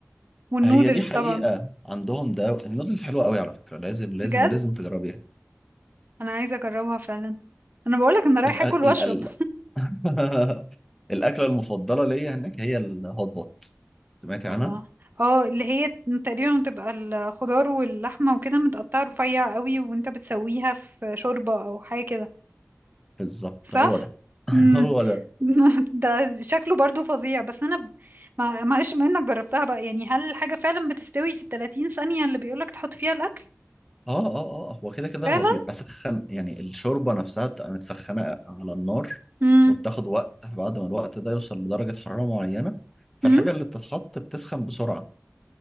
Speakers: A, on the right (about 45°); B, in the centre.
A: والنودلز
B: هي دي حقيقة
A: طبعا
B: عندهم ده النودلز حلوة قوي على فكرة لازم لازم
A: بجد
B: لازم تجربيها
A: انا عايزة اجربها فعلا انا بقولك انا رايحة
B: بس أ-
A: اكل واشرب
B: ال ال <laughs> الأكلة المفضلة ليا هناك هي الهوت بوت سمعتي عنها؟
A: الله اه اللي هي تقريبا بتبقى الخضار واللحمة وكده متقطعة رفيع قوي وانت بتسويها في شوربة او حاجة كده
B: بالظبط
A: صح
B: هو ده <laughs>
A: امم
B: هو ده
A: <laughs> ده شكله برضو فظيع بس انا ب- مع- معلش بما انك جربتها بقى يعني هل الحاجة فعلا بتستوي في التلاتين ثانية اللي بيقولك تحط فيها الاكل
B: اه اه اه هو كده كده
A: فعلا
B: هو بيبقى سخن يعني الشوربة نفسها بتبقى متسخنة على النار
A: امم
B: وبتاخد وقت بعد ما الوقت ده يوصل لدرجة حرارة معينة فالحاجة
A: امم
B: اللي بتتحط بتسخن بسرعة